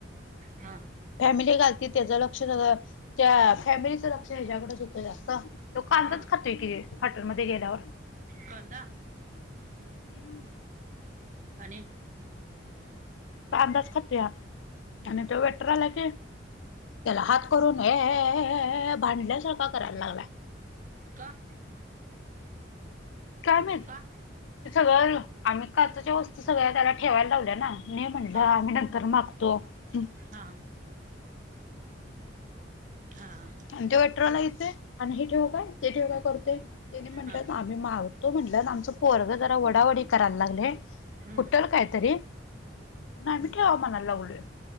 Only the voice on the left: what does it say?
फॅमिली एक आलती, त्याच लक्ष सगळ त्या फॅमिलीचं लक्ष, ह्याच्याकडेच होतं जास्त. तो कांदाच
खातोय की हॉटेलमध्ये गेल्यावर.
<inaudible>
कांदाच खातोया, आणि तो वेटर आला की त्याला हात करून, ये ये ये भांडल्यासारखा करायला लागलाय.
काय माहितं?
ते सगळं आम्ही काचेच्या वस्तू, सगळ्या त्याला ठेवायला लावल्या ना. मी म्हटलं,
आम्ही नंतर मागतो. हम्म.
आणि त्यो विड्रावाला येतोय आणि हे ठेवू काय, ते ठेवू काय करतोय. ह्यांनी म्हटलंत
मी मागतो म्हटलं, आमचं पोरग जरा वडावडी कराय लागलंय.
फुटल कायतरी. आम्ही
ठेवा म्हणाय लागलोय.